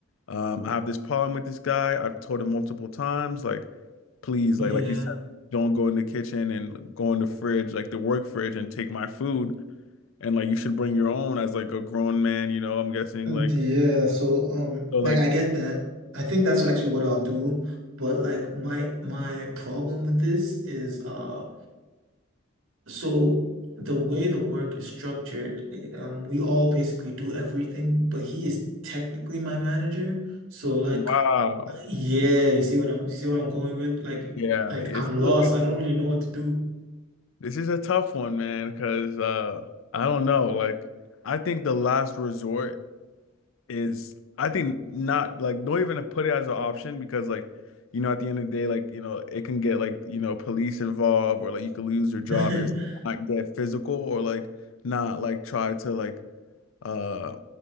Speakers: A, on the left; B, on the right.
A: um, I have this problem with this guy. I've told him multiple times, like please,
B: yeah,
A: like like you said, don't go in the kitchen and go in the fridge, like the work fridge, and take my food. And like you should bring your own as like a grown man, you know. I'm guessing
B: Yeah,
A: like
B: so um
A: so
B: like
A: like.
B: I get that. I think that's actually what I'll do, but like my my problem with this is uh So the way the work is structured, eh, um, we all basically do everything, but he is technically my manager. So like,
A: Wow.
B: yeah, you see what I'm, you see what I'm going with? Like,
A: Yeah,
B: like
A: this
B: I'm
A: is
B: lost.
A: like a good,
B: I don't really know what to do.
A: this is a tough one, man, because uh I don't know. Like I think the last resort is I think not like don't even put it as an option because like you know at the end of the day like you know it can get like you know police involved or like you could lose your job
B: <laughs>
A: if not get physical or like not like try to like uh